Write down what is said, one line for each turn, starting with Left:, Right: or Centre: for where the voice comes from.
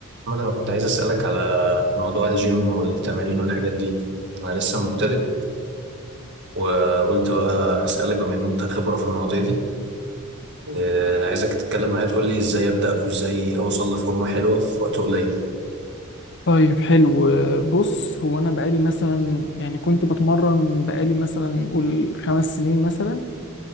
Right: محمد أنا كنت عايز أسألك على موضوع الجيم والتمارين والحاجات دي أنا لسه مبتدئ وقلت بقى أسألك بما إن أنت خبرة في المواضيع دي آه، عايزك تتكلم معايا تقول لي إزاي أبدأ وإزاي أوصل لفورمة حلوة في وقت قليل
Left: طيب حلو بص هو انا بقالي مثلا يعني كنت بتمرن بقالي مثلا قول خمس سنين مثلا